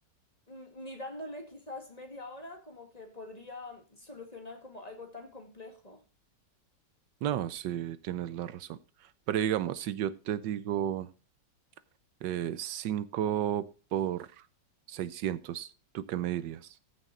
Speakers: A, on the left; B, on the right.
A: mm, ni dándole quizás media hora, como que podría solucionar como algo tan complejo.
B: No, sí, tienes la razón. Pero digamos, si yo te digo eh, 5 por seiscientos ¿tú qué me dirías?